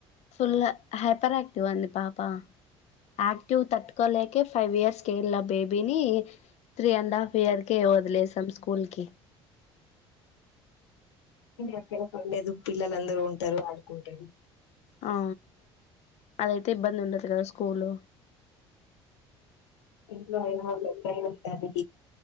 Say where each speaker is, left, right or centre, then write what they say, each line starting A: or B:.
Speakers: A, on the left; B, on the left.
A: ఫుల్ హైపర్ ఆక్టివ్ అండి పాప యాక్టివ్ తట్టుకోలేకే ఫైవ్ ఇయర్స్ కి వేళ్ల బేబీని త్రీ అండ్ హాఫ్ ఇయర్ కే వదిలేసాం స్కూల్ కి
B: ఎక్కడ పడలేదు పిల్లలుందరు ఉంటారు ఆడుకుంటారు
A: ఆ అదైతే ఇబ్బంది ఉండదు కదా స్కూల్
B: ఇంట్లో అయినా <inaudible> అంతే అది